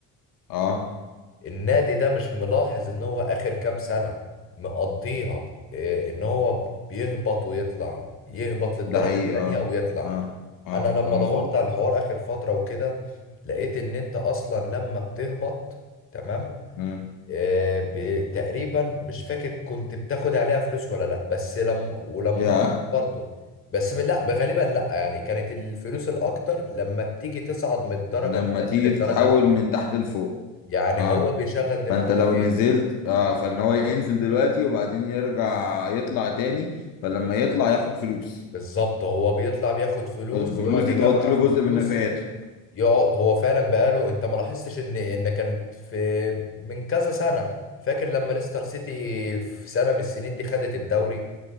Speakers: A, on the left; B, on the left.
A: اه
B: النادي ده مش ملاحظ ان هو اخر كام سنة مقضيها إيه، ان هو بيهبط ويطلع يهبط للدرجة
A: ده حقيقي
B: التانية
A: اه
B: ويطلع
A: اه اه
B: انا لما
A: ده مظبوط
B: دورت على الحوار اخر فترة وكده لقيت ان انت اصلا لما بتهبط تمام
A: مم.
B: آه، ب- تقريبا مش فاكر كنت بتاخد عليها فلوس ولا لا بس لما ولما
A: يا
B: برضه بس ب- لا غالبا لا يعني كانت الفلوس الاكتر لما بتيجي تصعد من الدرجة
A: لما
B: التانية
A: تيجي
B: للدرجة
A: تتحول
B: الاولى
A: من تحت لفوق
B: يعني
A: اه
B: هو بيشغل دماغه
A: فانت لو
B: في ايه
A: نزلت اه فان هو ينزل دلوقتي وبعدين يرجع يطلع تاني فلما يطلع ياخد فلوس
B: بالظبط هو بيطلع بياخد فلوس
A: فالفلوس
B: يقعد
A: دي
B: يجمع
A: تغطي له
B: في
A: جزء
B: فلوس
A: من نفقاته
B: يقعد هو فعلا بقاله انت ما لاحظتش ان ان كانت في من كذا سنة فاكر لما ليستر سيتي في سنة من السنين دي خدت الدوري